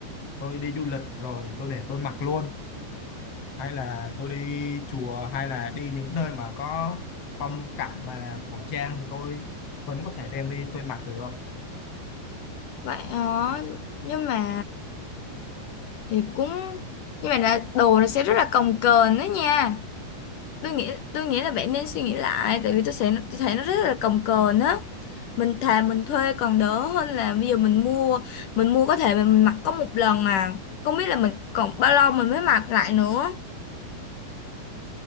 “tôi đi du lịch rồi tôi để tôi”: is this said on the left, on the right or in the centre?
Left